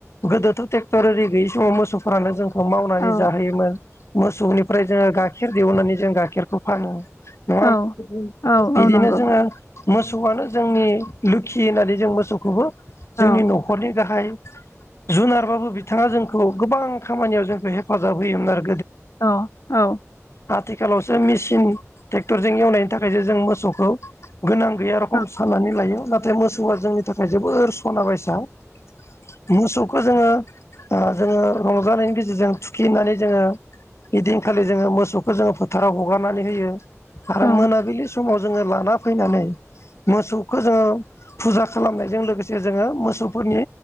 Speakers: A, on the left; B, on the left.
A: गोदोथ' टेक्टर आरै गैयै समाव मोसौफोरानो जों खौ मावनानै
B: औ
A: जाहोयोमोन। मोसौनिफ्राय जोङो गाइखेर दिहुननानै जों गाइखेरखौ फानो ।
B: औ औ
A: बिदिनो
B: नंगौ
A: जोङो मोसौआनो जोंनि लोखि होननानै जों मोसौखोबो
B: औ
A: जोंनि न'खरनि गाहाय जुनारबाबो बिथाङा जोंखौ गोबां खामानियाव जोंखौ हेफाजाब होयोमोन आरो ।
B: औ औ
A: आथिखालावसो मेसिन ट्रेक्टरजों एवनायनि थाखायसो जों मोसौखौ गोनां गैया रखम
B: औ
A: साननानै लायो नाथाय मोसौआ जोंनि थाखाय जोबोर सना बायसा । मोसौखौ जोङो ओ जोङो रंजानायनि गेजेरजों थुखिनानै जोङो बिदिनखालि जोङो मोसौखौ जोङो फोथाराव हगारनानै होयो आरो
B: औ
A: मोनाबिलि स माव जोङो लाना फैनानै मोसौखो जोङो फुजा खालामनायजों लोगोसे जोङो मोसौफोरनि